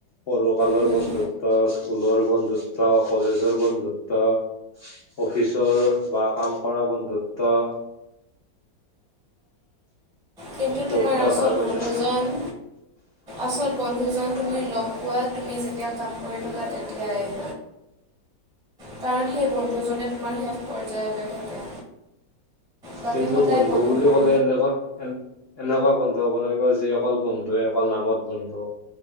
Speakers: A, on the left; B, in the centre.
A: সৰু কালৰ
B: উম,
A: বন্ধুত্ব, স্কুলৰ বন্ধুত্ব, কলেজৰ বন্ধুত্ব। অফিচৰ বা কাম কৰা বন্ধুত্ব।
B: কিন্তু
A: বহুতটা
B: তোমাৰ আচল
A: ভাগ হৈছে
B: বন্ধুজন। আচল বন্ধুজন তুমি লগ পোৱা তুমি যেতিয়া কাম কৰি থকা তেতিয়াই। কাৰণ সেই বন্ধুজনে তোমাৰ শেষ পৰ্যায়লৈ থাকে। বাকী
A: কিন্তু
B: সদায়
A: বন্ধু
B: বন্ধুবোৰ
A: বুলি ক'লে এনেকুৱা এনেকুৱা বন্ধু হ'ব নালাগিব, যি অকল বন্ধুৱে অকল নামত বন্ধু।